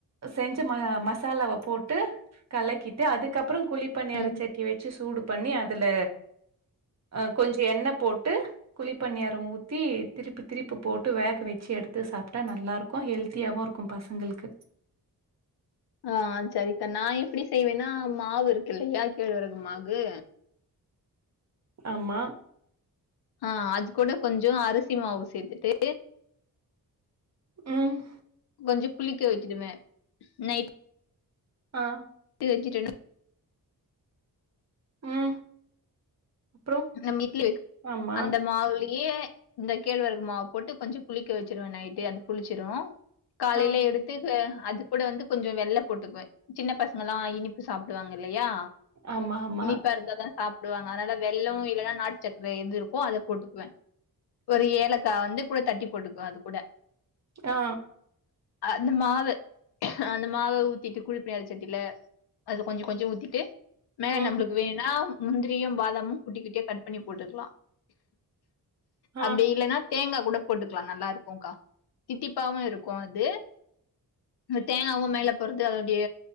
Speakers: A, on the right; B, on the left.
A: செஞ்ச ம மசாலாவ போட்டு கலக்கிட்டு அதுக்கப்றோ குழிப்பனியார
B: ம்
A: சட்டி வெச்சு சூடு பண்ணி அதுல அ கொஞ்ச எண்ணெ போட்டு குழிப்பன்னியாரம் ஊத்தி திருப்பி திருப்பி போட்டு வேக வச்சி எடுத்து சாப் ட்டா நல்லா இருக்கும் ஹெல்த்தியாகவும் இருக்கும் பசங்களுக்கு
B: ஆ சரிக்கா நா எப்டி செய்வேன்னா மாவு இருக்கு இல்லையா கேழ்வரகு மாகு
A: ஆமா
B: ஆ அது கூட கொஞ்சம் அரிசி மாவு சேத்துட்டு
A: ம்
B: கொஞ்சம் புளிக்க வச்சிடுவே நைட்
A: ஆ
B: டு வச்சிட்டனா
A: ம் அப்புறம்?
B: நம்ம இட்லி
A: ஆமா.
B: அந்த மாவுலயே இந்த கேழ்வரகு மாவு போட்டு கொஞ்சம் புளிக்க வச்சிருவன் நைட்டே அது புளிச்சிரும் காலையில
A: ஆ.
B: எடுத் திது அது கூட வந்து கொஞ்சம் வெள்ள போட்டுக்குவன் சின்ன பசங்கலாம் இனிப்பு சாப்டுவாங்க இல்லையா
A: ஆமா, ஆமா.
B: இனிப்பா இருந்தாதா சாப்டுவாங்க அதனால வெள்ளம் இல்லன்னா நாட்டு சக்கர எது இருக் கோ அத போட்டுக்குவன் ஒரு ஏலக்கா வந்து கூட தட்டி போட்டுக்குவன் அது கூட
A: ஆ
B: அந்த மாவு அந்த மாவ ஊத்திட்டு குழிப்பனியார சட்டில அது கொஞ்சம் கொஞ்சம் ஊத்திட்டு மேல
A: ம்
B: நம்பளுக்கு வேணா முந்திரியும் பாதமும் குட்டி குட்டியா கட் பண்ணி போட்டுக்கலா அப்டி
A: ஆ
B: இல்லன்னா தேங்கா கூட போட்டுக்கலா நல்லா இருக்கும் கா தித்திப்பாவும் இருக்கும் அது இந்த தேங்காவும் மேல போறது அதோடைய